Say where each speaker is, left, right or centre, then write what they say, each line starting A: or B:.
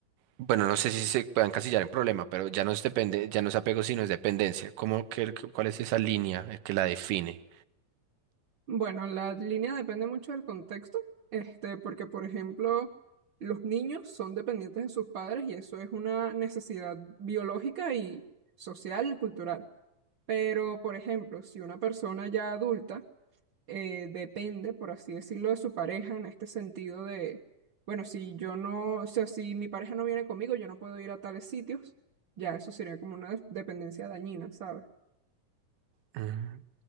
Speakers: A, on the right; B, on the right.
A: bueno, no sé si se puede encasillar en problema, pero ya no es depende, ya no es apego, sino es dependencia. ¿Cómo que, cuál es esa línea eh, que la define?
B: Bueno, la línea depende mucho del contexto, este, porque, por ejemplo, los niños son dependientes de sus padres y eso es una necesidad biológica y social, cultural. Pero, por ejemplo, si una persona ya adulta eh, depende, por así decirlo, de su pareja en este sentido de, bueno, si yo no, o sea, si mi pareja no viene conmigo, yo no puedo ir a tales sitios, ya eso sería como una dependencia dañina, ¿sabes?
A: Mm.